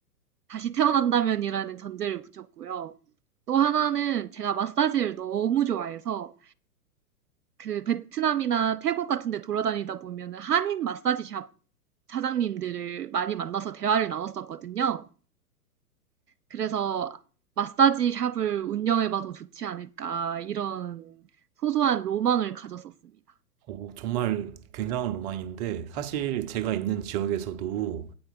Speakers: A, on the right; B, on the right.
A: 다시 태어난다면이라는 전제를 붙였고요. 또 하나는 제가 마사지를 너무 좋아해서 그 베트남이나 태국 같은 데 돌아다니다 보면 한인 마사지 샵 사장님들을 많이 만나서 대화를 나눴었거든요. 그래서 '마사지 샵을 운영해 봐도 좋지 않을까.' 이런 소소한 로망을 가졌었습니다.
B: 오, 정말 굉장한 로망인데, 사실 제가 있는 지역에서도